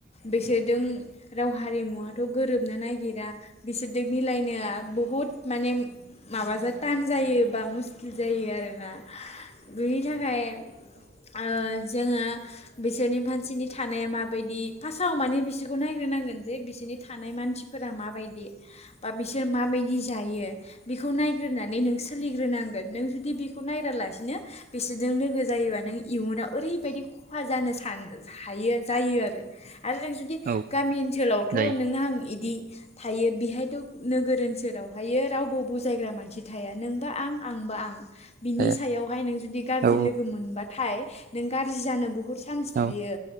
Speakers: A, on the left; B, on the right.
A: बिसोरजों राव हारिमुवाथ' गोरोबनो नागिरा बिसोरजों मिलायनो बुहुद माने माबा थाश जायो बा मुस्किल जायो आरोना बिनि थाखाय ओ जोङो बिसोरनि मानसिनि थानाया माबायदि फार्स्टआव माने बिसोरखौ नायग्रोनांगोन जे बिसोरनि थानाय मानसिफोरा माबायदि बा बिसोर माबायदि जायो बेखौ नायग्रोनानै नों सोलिग्रोनांगोन नों जुदि बेखौ नायग्रालासिनो बिसोरजों लोगो जायोबा नों इयुनाव ओरैबायदि खहा जानो सान हायो जायो आरो आरो नों जुदि
B: औ
A: गामि ओनसोलावथ'
B: जायो
A: नों आं इदि थायो बेहायथ' नोगोर ओनसोलावहाय रावबो बुजायग्रा मानसि थाया नोंबा आं आंबा आं बिनि
B: थाया
A: सायावहाय नों जुदि गाज्रि
B: औ
A: लोगो मोनबा थाय नों गाज्रि जानो बुहुत सान्स
B: औ
A: थायो